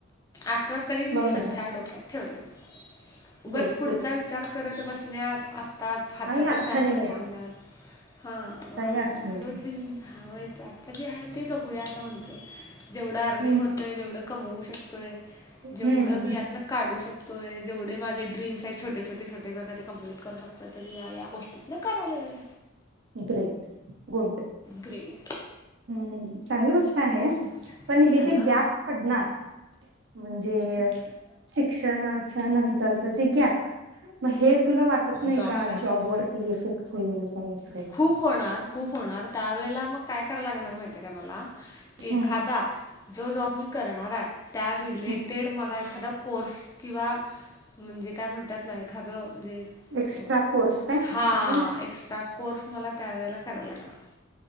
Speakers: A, on the left; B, on the right.
A: आसं तरी मी
B: बरोबर
A: सध्या
B: आहे
A: डोक्यात ठेवलय. उगाच
B: गुड
A: पुढचा
B: गुड
A: विचार करत बसण्यात आत्ता हातातलं
B: काही अर्थ
A: काम
B: नाही
A: पण सोडण्यात-
B: आहे
A: हां.
B: काही अर्थ नाही
A: जो <unintelligible> आत्ता जे आहे ते जगूया असं म्हणतोय. जेवढं अर्निंग
B: हम्म
A: होतंय. जेवढं कमवू शकतोय. जेवढं
B: हम्म
A: मी यातन- काढू शकतोय. जेवढे माझे ड्रीमर्स आहेत छोटे छोटे छोटे छोटे सगळे ते कंप्लिट करू शकतोय. तर मी या या - गोष्टतन करायलोय.
B: ग्रेट. गुड.
A: ग्रेट.
B: हम्म. चांगली गोष्ट आहे.
A: हां
B: पण हे जे
A: ना
B: गॅप पडणार- म्हणजे शिक्षणाच्या नंतरच जे गॅप- म हे तुला वाटत नाही
A: जॉबसाठी
B: का जॉबवरती इफेक्ट होईल काही अस.
A: खूप होणार. खूप होणार. त्यावेेळेला मग काय कराव लागणार माहितीय का मला-
B: हम्म
A: एखादा. जो जॉब मी करणार आहे. त्या रिलेटेड
B: हम्म
A: मला एखादा कोर्स- किंवा म्हणजे काय म्हणतात ना? एखाद म्हणजे
B: एक्स्ट्रा
A: -
B: कोर्स काय
A: हां.
B: असं
A: एक्स्ट्रा. फर्ड्स मला त्यावेळेला कराव लागणार.